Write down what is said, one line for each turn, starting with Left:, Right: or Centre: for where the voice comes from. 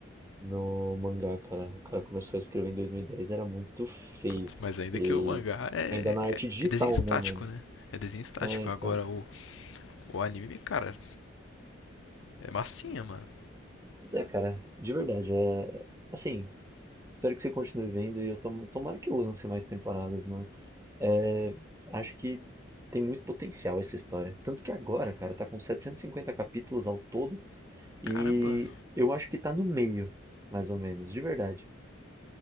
Right: no mangá, cara. O cara começou a escrever em 2010, era muito feio.
Left: Putz, mas ainda
Right: E
Left: que o mangá é,
Right: ainda na arte
Left: é,
Right: digital,
Left: é desenho estático,
Right: né, mano?
Left: né? É desenho estático.
Right: É, então.
Left: Agora o, o anime, cara, é massinha, mano.
Right: Mas é, cara, de verdade, é. Assim, espero que você continue vendo e eu tomo... tomara que lance mais temporadas, mano. É, acho que tem muito potencial essa história. Tanto que agora, cara, tá com 750 capítulos ao todo e
Left: Caramba,
Right: eu acho que tá no meio, mais ou menos, de verdade.